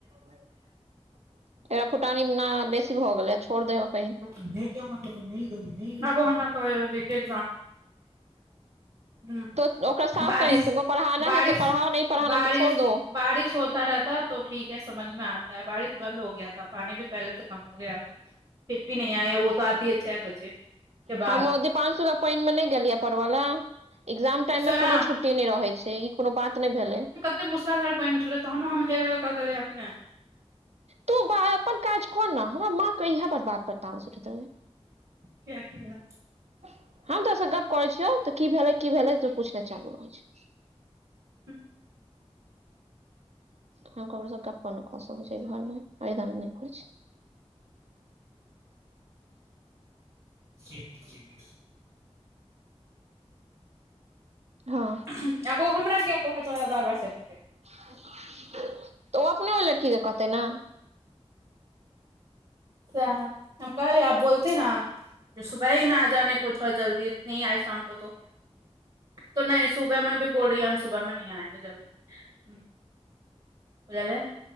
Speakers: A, on the right; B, on the right.
A: एकरा फुटानी न बेसी भऽ गेलै छोड़ दही ओतही।
B: नय के मतलब नय दही अबो हमरा कहेया <unintelligible>
A: तो ओकरा साफ कहीं तुमको पढ़ाना है तो पढ़ाओ नहीं पढ़ाना तो छोड़ दो
B: <unintelligible> <unintelligible> <unintelligible>
A: हम
B: बाद
A: ओ दीपांसु के पानि मे नहि गेलियै पढ़ब लए एग्जाम टाइम
B: सह
A: में कोनो छुट्टी नहि रहे छैय ई कोनो बात नहि भेले।
B: इते मुसलाधर पानि होइत छलै तहनो हम हेल हेल कऽ गेलियै या की नहि।
A: तू अपन काज क न हमर माँ के इह पर बात पर तामस उठैत रहै या।
B: किया की भेलै
A: <unintelligible> हम तोरा से गप। करै छियौ तऽ की भेलै की भेलै पूछनाय चालू रहै छैय।
B: हूँ।
A: हम ककरो से गप्पो नै कऽ सकैत छी अय घर मे अहि दुआरे नै करै छी।
B: <inaudible>
A: हँ
B: <unintelligible> आब ओ हमरा किया कहैत रहैया बार बार से नहि कहि।
A: <unintelligible> तऽ ओ अपने ओय लड़की के कहते नहि।
B: सेहए <unintelligible> <unintelligible> तो नै सुबहमे भी बोल रही है हम सुबहमे नही आएंगे जल्दी। हूं बुझलि